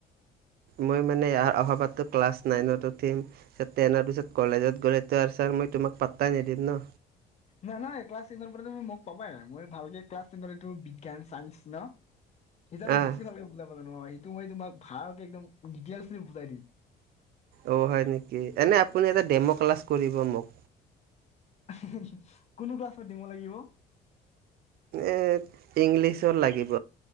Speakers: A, on the right; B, on the left.
A: মই মানে ইয়াৰ অহা পাতটো ক্লাছ নাইনত উঠিম। টেনৰ পিছত কলেজত গ'লে তো আৰু ছাৰ মই তোমাক পাত্তাই নিদিম ন।
B: নাই, নহয়। ক্লাছ টেনৰ পৰা তুমি মোক পাবায়। মই ভালকে ক্লাছ টেনৰ এইটো বিজ্ঞান চাইঞ্চ ন? সিদিনা মই
A: অঁ
B: বেছি ভালকে বুজাম। ন সেইটো মই তোমাক ভালকে একদম ডিটেইলচ খিনি বুজাই দিম।
A: অ হয় নেকি? এনে আপুনি এটা ডেম' ক্লাছ কৰিব মোক।
B: হি-হি-হি। কোনোটো ক্লাছত ডেম লাগিব?
A: এ ইংলিছত লাগিব।